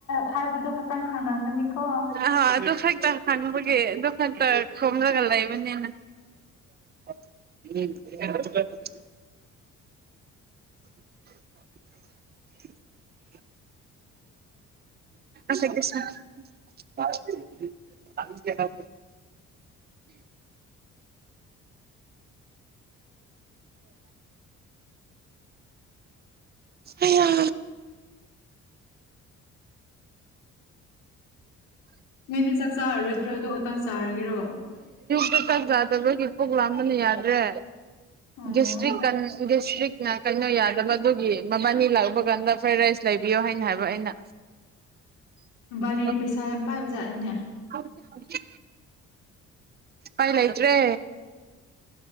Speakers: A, on the left; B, on the right.
A: ꯍꯥꯏꯕꯗ ꯈꯇꯪ ꯈꯪꯝꯒꯅꯤꯀꯣ
B: ꯑꯥ ꯑꯗꯨ ꯈꯛꯇ ꯍꯪꯕꯒꯤ ꯑꯗꯨꯗꯨ ꯈꯥꯟꯇ ꯁꯣꯝꯖꯒꯂ ꯂꯩꯕ ꯕꯅꯦ <inaudible> ꯎꯝ <inaudible> <inaudible> ꯑ ꯀꯁ ꯑꯍ ꯑꯌꯥ
A: ꯅꯣꯏꯗꯤ ꯆꯥꯛ ꯆꯥꯔꯔꯣꯏꯗ꯭ꯔꯣ ꯑꯗ ꯈꯛꯇꯪ ꯆꯥꯔꯒꯦꯔꯣ
B: ꯆꯥꯛ ꯆꯥꯗꯕꯒꯤ ꯄꯣꯛ ꯂꯕꯅ ꯌꯥꯗ꯭ꯔꯦ
A: ꯑꯣ
B: ꯗꯤꯁꯇ꯭ꯔꯤꯛ ꯀ ꯗꯤꯁꯇ꯭ꯔꯤꯛꯅ ꯀꯩꯅꯣ ꯌꯥꯗꯕ ꯑꯗꯨꯒꯤ ꯃꯕꯥꯅꯤ ꯂꯥꯛꯕ ꯀꯥꯟꯗ ꯐ꯭ꯔꯥꯏ ꯔꯥꯏꯁ ꯂꯩꯕꯤꯌꯣ ꯍꯥꯏꯅ ꯍꯥꯏꯕ ꯑꯩꯅ ꯎꯨ
A: ꯑꯅꯤꯗꯤ ꯄꯩꯁꯥ ꯌꯥꯝ ꯄꯥꯏꯕ ꯖꯥꯠꯅꯤꯅꯦ
B: ꯌꯥ ꯄꯥꯏ ꯂꯩꯥꯏꯇ꯭ꯔꯦ